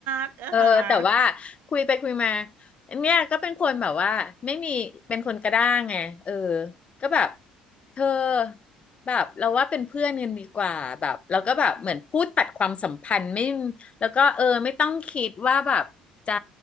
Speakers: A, on the right (about 55°); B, on the left (about 30°).
A: กอ่าฮะ
B: เออแต่ว่าคุยไปคุยมาเนี่ยก็เป็นคนแบบว่าไม่มีเป็นคนกระด้างไงเออก็แบบเธอแบบเราว่าเป็นเพื่อนกันดีกว่าแบบเราก็แบบเหมือนพูดตัดความสัมพันธ์ไม่แล้วก็เออไม่ต้องคิดว่าแบบจะ